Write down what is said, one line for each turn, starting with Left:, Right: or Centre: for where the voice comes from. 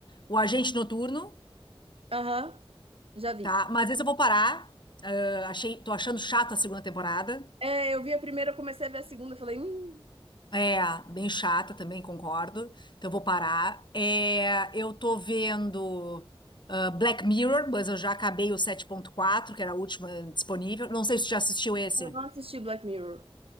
Left: o Agente Noturno,
Right: Aham, já vi.
Left: tá? Mas esse eu vou parar, ah, achei, tô achando chata a segunda temporada,
Right: É, eu vi a primeira, eu comecei a ver a segunda, eu falei, hum,
Left: é, bem chata também, concordo, então eu vou parar. É, eu tô vendo ah, Black Mirror, mas eu já acabei o sete ponto quatro, que era a última disponível, não sei se tu já assistiu esse.
Right: eu não assisti Black Mirror.